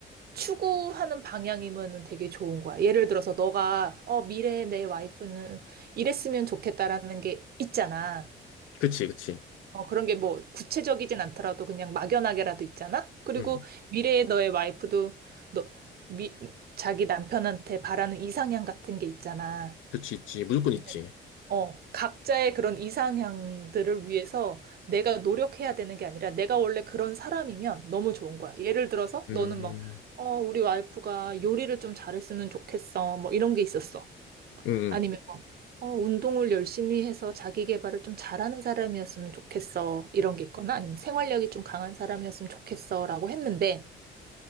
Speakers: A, on the right; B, on the left.
A: 추구하는 방향이면은 되게 좋은 거야. 예를 들어서 너가, 어, 미래의 내 와이프는 이랬으면 좋겠다라는 게 있잖아.
B: 그치, 그치.
A: 어, 그런 게 뭐 구체적이진 않더라도 그냥 막연하게라도 있잖아? 그리고
B: 응.
A: 미래의 너의 와이프도 너, 미, 자기 남편한테 바라는 이상향 같은 게 있잖아.
B: 그치, 있지. 무조건 있지.
A: 네. 어, 각자의 그런 이상향들을 위해서 내가 노력해야 되는 게 아니라 내가 원래 그런 사람이면 너무 좋은 거야. 예를 들어서
B: 음,
A: 너는 막, 어, 우리 와이프가 요리를 좀 잘했으면 좋겠어. 뭐 이런 게 있었어.
B: 응,
A: 아니면
B: 응.
A: 어, 운동을 열심히 해서 자기 개발을 좀 잘하는 사람이었으면 좋겠어. 이런 게 있거나 아니면 생활력이 좀 강한 사람이었으면 좋겠어. 라고 했는데,